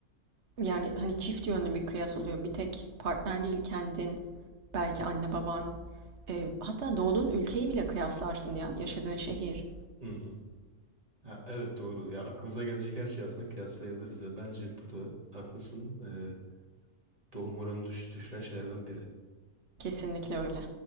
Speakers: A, on the right; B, on the right.
A: Yani hani çift yönlü bir kıyas oluyor. Bir tek partner değil kendin, belki anne baban, Eee, hatta doğduğun ülkeyi bile kıyaslarsın ya, yaşadığın şehir.
B: Hı hı. Ha, evet doğru. Ya aklımıza gelecek her şeyi aslında kıyaslayabiliriz ve bence bu da haklısın. Ee, doğum oranı düş düşüren şeylerden biri.
A: Kesinlikle öyle.